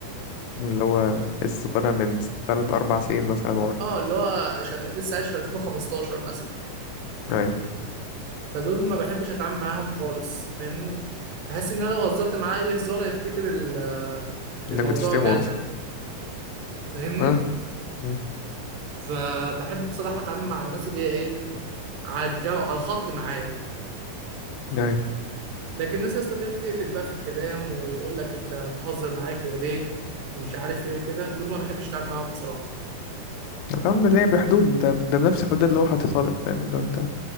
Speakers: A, on the left; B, on the right.
A: اللي هو لسه طالع من ثلاث اربع سنين مثلا ورا
B: اه اللي هو شغ... لسه عايش في 2015 مثلا
A: ايوه
B: فدول ما بحبش اتعامل معاهم خالص فاهمني بحس ان انا لو هزرت معاه اي هزار هيفتكر ال-
A: انك
B: الموضوع
A: بتشتمه
B: جد
A: مثلا
B: فاهمني
A: ها مم.
B: فبحب بصراحه اتعامل مع الناس اللي هي ايه على الجو على الخط معايا
A: ايوه
B: لكن الناس اصلا اللي هي بتقفش بقى في الكلام ويقول لك انت بتهزر معايا كده ليه ومش عارف ايه وكده دول ما بحبش اتعامل معاهم بصراحه
A: فاهم ليه بحدود ده ده بنفس الحدود اللي هو حاططها لك فاهم لو انت